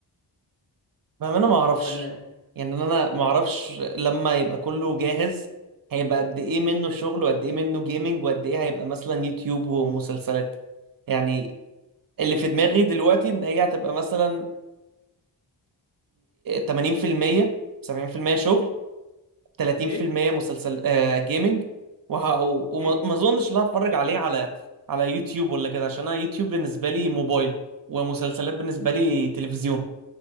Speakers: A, on the right (about 50°); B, on the left (about 35°).
A: فاهم انا ما اعرفش
B: ولا ايه
A: يعني انا ما اعرفش لما يبقى كله جاهز هيبقى قد ايه منه شغل وقد ايه منه جيمنج وقد ايه هيبقى مثلا يوتيوب ومسلسلات يعني اللي في دماغي دلوقتي ان هي هتبقى مثلا 80% 70% شغل 30%
B: ايه
A: مسلسل آه جيمنج وه... و- وما
B: ايه
A: ما اظنش ان أنا هتفرج عليه على على يوتيوب ولا كده عشان انا يوتيوب بالنسبه لي موبايل ومسلسلات بالنسبه لي تلفزيون